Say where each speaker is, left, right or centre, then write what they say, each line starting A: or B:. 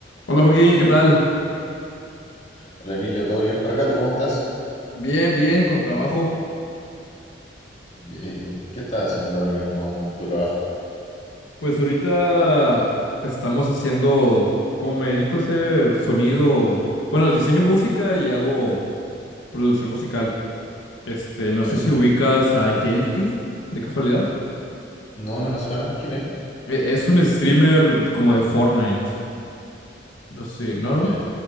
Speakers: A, on the left; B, on the left.
A: Hola Joaquín, ¿qué tal?
B: Hola Emilio, ¿todo bien por acá? ¿Tú cómo estás?
A: Bien, bien, con trabajo.
B: Eh, eh, eh, ¿qué estás haciendo ahora mismo en tu trabajo?
A: Pues ahorita estamos haciendo, como me dedico a hacer sonido, bueno, diseño música y hago producción musical. Este, no
B: ¿Ya?
A: sé si ubicas a Yelty, de casualidad.
B: No, no me suena. ¿Quién es?
A: E- Es un streamer como de Fortnite. No sé, ¿no? no?
B: Ya.